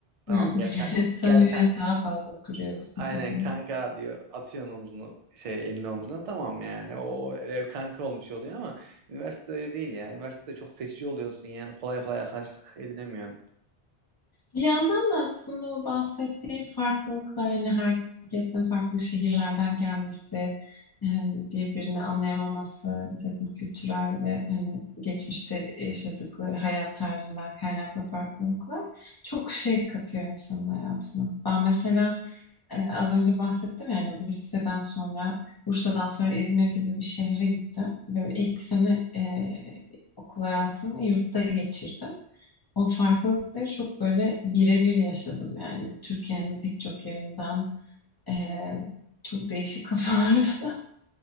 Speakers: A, on the right (about 55°); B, on the left (about 25°).
A: tamam
B: Hmm. <laughs>
A: gel ka-
B: Samimiyet
A: gel
B: daha fazla kuruyorsun
A: Aynen
B: tabii.
A: kanka diyor atıyorsun omzunu şey elini omzuna tamam yani o e, kanka olmuş oluyor ama üniversitede değil ya üniversitede çok seçici oluyorsun yani kolay kolay arkadaşlık edinemiyorsun.
B: Bir yandan da aslında o bahsettiği farklılıklar hani herkesin farklı şehirlerden gelmesi, e, birbirini anlayamaması, bir takım kültürel ve hani geçmişte yaşadıkları hayat tarzından kaynaklı farklılıklar çok şey katıyor insanın hayatına. Ben mesela ee, az önce bahsettim yani liseden sonra Bursa'dan sonra İzmir gibi bir şehre gittim. Böyle ilk sene e, okul hayatımı yurtta geçirdim. O farklılıkları çok böyle birebir yaşadım yani Türkiye'nin pek çok yerinden e, çok değişik kafalarda <laughs>